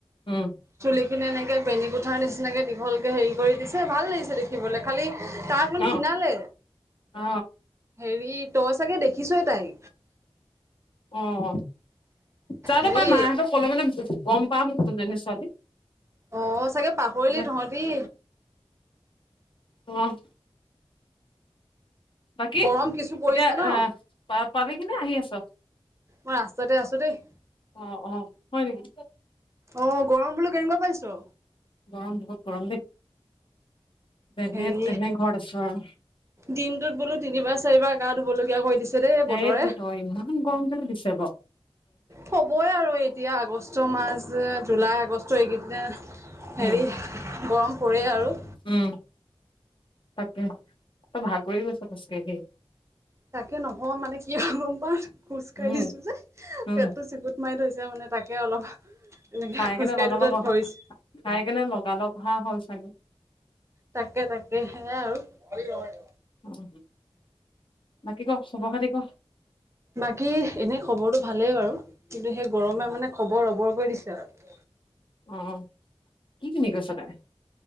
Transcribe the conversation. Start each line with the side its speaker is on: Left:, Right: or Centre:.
Left: উম
Right: চুলি খিনি এনেকে বেনী কোঠাৰ নিচিনাকে দীঘলকে হেৰি কৰি দিছে ভাল লাগিছে দেখিবলৈ খালি তাৰ অকমান
Left: অ
Right: ক্ষিণালে
Left: অ
Right: হেৰিত তই চাগে দেখিছে তাই
Left: অঁ যা
Right: হেৰি
Left: পাই মাহঁতক কলে মানে গম পাম কোনজনে ছোৱালী
Right: অঁ চাগে পাহৰিলি
Left: মানে
Right: তহঁতি
Left: উম বাকী
Right: গৰম কিছু পৰিছে
Left: এতিয়া
Right: ন
Left: আহ প পালি কিনে আহি আছ
Right: মই ৰাস্তাতে আছো দেই
Left: অঁ অঁ হয় নেকি
Right: অঁ গৰম বোলো কেনেকোৱা পাইছ
Left: গৰম বহুত গৰম দেই যেনে
Right: হেৰি
Left: তেনে ঘৰত আছো আৰু
Right: দিনটোত বোলো তিনিবাৰ চাৰিবাৰ গা ধুব লগগীয়া কৰি দিছে দেই
Left: সেইটো
Right: বতৰে
Left: তই ইমান গম কেলে দিছে ব
Right: হ'বই আৰু এতিয়া আগষ্ট মা যে জুলাই আগষ্ট এইকেইদনা হেৰি
Left: উম
Right: গৰম পৰে আৰু
Left: উম তাকে ত ভাগৰি গৈছো খোজ কাঢ়ি কাঢ়ি
Right: তাকে নহয় মানে কি গম পা খোজ কাঢ়ি
Left: উম
Right: দিছো যে
Left: উম
Right: পেটটো চিকুত মাৰি ধৰিছে মানে তাকে অলপ এনেকে
Left: খাই
Right: খোজকাঢ়ি
Left: কেনে লগালক
Right: দিওঁতে ধৰিছে
Left: খাই কেনে লগাল হাঁহ হল চাগে
Right: তাকে তাকে সেয়াই আৰু
Left: অঁ বাকী ক খবৰ খাতি ক
Right: বাকী এনে খবৰটো ভালেই বাৰু কিন্তু সেই গৰমে মানে খবৰ ৰবৰ <unintelligible>
Left: আহ পিন্ধি গৈছ তই